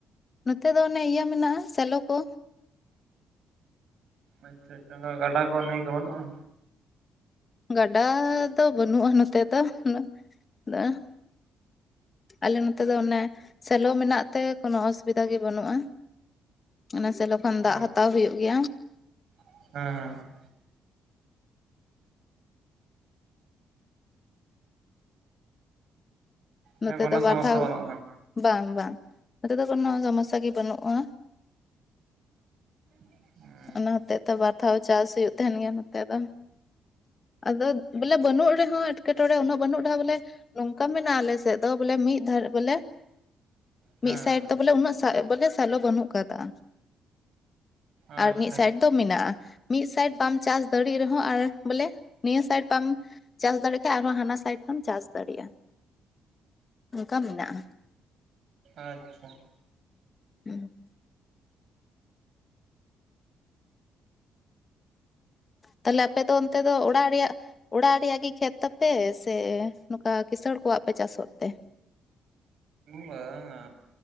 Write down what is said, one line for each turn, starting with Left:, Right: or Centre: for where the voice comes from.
Left: ᱱᱚᱛᱮ ᱫᱚ ᱚᱱᱮ ᱤᱭᱟᱹ ᱢᱮᱱᱟᱜᱼᱟ ᱥᱮᱞᱚ ᱠᱚ᱾
Right: ᱟᱪᱪᱷᱟ ᱟᱪᱪᱷᱟ, ᱚᱱᱠᱟ ᱜᱟᱰᱟ ᱠᱚ, ᱱᱟᱹᱭ ᱠᱚ ᱵᱟᱹᱱᱩᱜᱼᱟ?
Left: ᱜᱟᱰᱟ ᱫᱚ ᱵᱟᱹᱱᱩᱜᱼᱟ ᱱᱚᱛᱮ ᱫᱚ᱾ <unintelligible> ᱟᱞᱮ ᱱᱚᱛᱮ ᱫᱚ ᱚᱱᱮ ᱥᱮᱞᱚ ᱢᱮᱱᱟᱜ ᱛᱮ ᱠᱳᱚᱱᱳ ᱚᱥᱩᱵᱤᱫᱷᱟ ᱜᱮ ᱵᱟᱹᱱᱩᱜᱼᱟ᱾ ᱚᱱᱟ ᱥᱮᱞᱚ ᱞᱚᱠᱷᱚᱱ ᱫᱟᱜ
Right: ᱦᱳᱭ
Left: ᱦᱟᱛᱟᱣ ᱦᱳᱭᱳᱜ ᱜᱮᱭᱟ᱾
Right: ᱦᱮᱸ, ᱦᱮᱸ ᱦᱮᱸ
Left: ᱱᱚᱛᱮ
Right: ᱠᱳᱱᱳ
Left: ᱫᱚ ᱵᱟᱨ
Right: ᱥᱚᱢᱚᱥᱥᱟ
Left: ᱫᱷᱟᱣ,
Right: ᱵᱟᱹᱱᱩᱜᱼᱟ
Left: ᱵᱟᱝ ᱵᱟᱝ ᱱᱚᱛᱮ ᱫᱚ ᱠᱳᱱᱳ ᱥᱚᱢᱚᱥᱥᱟ ᱜᱮ ᱵᱟᱹᱱᱩᱜᱼᱟ᱾
Right: <unintelligible>
Left: ᱚᱱᱟ ᱦᱚᱛᱮᱜ ᱛᱮ ᱵᱟᱨ ᱫᱷᱟᱣ ᱪᱟᱹᱥ ᱦᱳᱭᱳᱜ ᱛᱟᱦᱮᱸᱱ ᱜᱮᱭᱟ ᱱᱚᱛᱮ ᱫᱚ᱾ ᱟᱫᱚ ᱵᱚᱞᱮ ᱵᱟᱹᱱᱩᱜ ᱨᱮᱦᱚᱸ ᱮᱴᱠᱮᱴᱚᱬᱮ ᱩᱱᱟᱹᱜ ᱵᱟᱹᱱᱩᱜ ᱨᱮᱦᱚᱸ ᱵᱚᱞᱮ ᱱᱚᱝᱠᱟ ᱢᱮᱱᱟᱜᱼᱟ ᱟᱞᱮ ᱥᱮᱫ ᱫᱚ ᱵᱚᱞᱮ ᱢᱤᱫ ᱫᱷᱟᱹᱨ ᱵᱚᱞᱮ
Right: ᱦᱮᱸ
Left: ᱢᱤᱫ ᱥᱟᱭᱤᱰ ᱫᱚ ᱵᱚᱞᱮ ᱩᱱᱟᱹᱜ <unintelligible> ᱵᱚᱞᱮ ᱥᱮᱞᱚ ᱵᱟᱹᱱᱩᱜ ᱟᱠᱟᱫ-ᱟ᱾
Right: ᱟᱪᱪᱷᱟ
Left: ᱟᱨ ᱢᱤᱫ ᱥᱟᱭᱤᱰ ᱡᱚ ᱢᱮᱱᱟᱜᱼᱟ ᱾ᱢᱤᱫ ᱥᱟᱭᱤᱰ ᱵᱟᱢ ᱪᱟᱥ ᱫᱟᱲᱮᱜ ᱨᱮᱦᱚᱸ ᱟᱨ ᱵᱚᱞᱮ ᱱᱤᱭᱟᱹ ᱥᱟᱭᱤᱰ ᱵᱟᱢ ᱪᱟᱹᱥ ᱫᱟᱲᱮᱭᱟᱜ ᱠᱷᱟᱡ ᱟᱨᱦᱚᱸ ᱦᱟᱱᱟ ᱥᱟᱭᱤᱰ ᱪᱟᱹᱥ ᱫᱟᱲᱮᱭᱟᱜᱼᱟ᱾ ᱚᱱᱠᱟ ᱢᱮᱱᱟᱜᱼᱟ᱾
Right: ᱟᱪᱪᱷᱟ
Left: ᱦᱩᱸ <inaudible> ᱛᱟᱦᱞᱮ ᱟᱯᱮᱫᱚ ᱚᱱᱛᱮ ᱫᱚ ᱚᱲᱟᱜ ᱨᱮᱭᱟᱜ ᱚᱲᱟᱜ ᱨᱮᱭᱟᱜ ᱜᱮ ᱠᱷᱮᱛ ᱛᱟᱯᱮ ᱥᱮ ᱱᱚᱝᱠᱟ ᱠᱸᱤᱥᱟᱹᱬ ᱠᱚᱣᱟᱜ ᱯᱮ ᱪᱟᱥᱚᱜ ᱛᱮ?
Right: ᱵᱟᱝ-ᱟ,